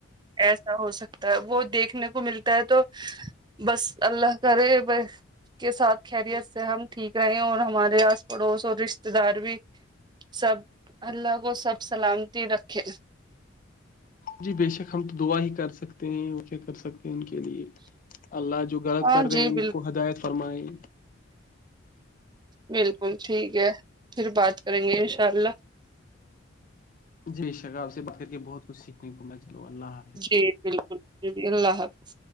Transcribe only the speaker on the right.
ایسا ہو سکتا ہے وہ دیکھنے کو ملتا ہے تو بس اللہ کرے کے ساتھ خریت سے ہم ٹھیک رہے اور ہمارے آس پڑوس اور رشتے دار بھی سب اللہ کو سب سلامتی رکھے
ہاں
جی
بالکل
بالکل ٹھیک ہے پھر بات کریں گے انشاء اللہ
جی بالکل جی جی اللہ حافظ